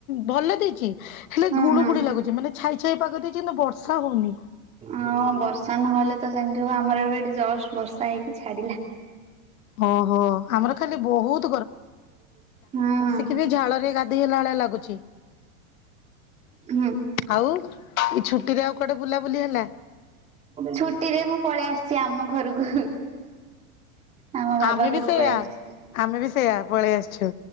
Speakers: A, on the left (about 80°); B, on the right (about 15°).
A: ଭଲ ଦେଇଚି ହେଲେ
B: ହଁ
A: ଗୁଳୁ
B: ହଁ
A: ଗୁଳି ଲାଗୁଚି ମାନେ ଛାଇ ଛାଇ ପାଗ ଦେଇଚି କିନ୍ତୁ ବର୍ଷା ହଉନି।
B: ହଁ ବର୍ଷା ନହେଲେ ତ ସେମିତି ହବ ଆମର ଏବେ ଏଠି ଜଷ୍ଟ ବର୍ଷା ହେଇକି ଛାଡିଲା।
A: ଓହୋ ଆମର ଖାଲି ବହୁତ
B: ହୁଁ।
A: ସେ ବି ଝାଳରେ ଗାଧୋଇ ହେଲା ଭଳିଆ ଲାଗୁଚି।
B: ହୁଁ
A: ଆଉ ଏଇ ଛୁଟିରେ ଆଉ କଆଡେ ବୁଲାବୁଲି ହେଲା?
B: ଛୁଟିରେ ମୁଁ ପଳେଇ ଆସିଚି ଆମ ଘରକୁ। ଆମ ବାବା
A: ଆମେ ବି
B: ଘରକୁ
A: ସେଇୟା
B: ପଳେଇ ଆସିଛି।
A: ଆମେ ବି ସେଇୟା ପଳେଇ ଆସିଚୁ